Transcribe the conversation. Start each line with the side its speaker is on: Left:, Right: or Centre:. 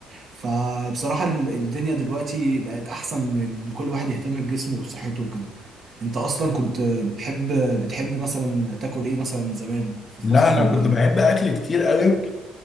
Right: فبصراحة ال- الدنيا دلوقتي بقت أحسن لكل واحد يهتم بجسمه وبصحته وكده أنت أصلا كنت بتحب بتحب مثلا تاكل إيه مثلا زمان في الفاست
Left: لا
Right: فود
Left: انا
Right: وكده
Left: كنت بحب اكل كتير قوي